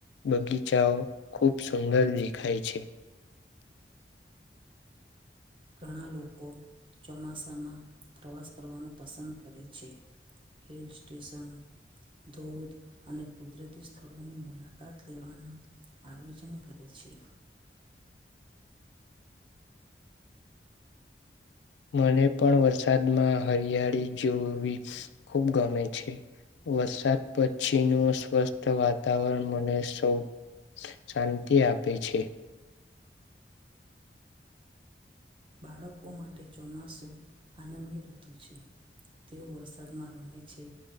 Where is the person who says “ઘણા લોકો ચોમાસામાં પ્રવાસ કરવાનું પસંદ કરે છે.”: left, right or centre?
Right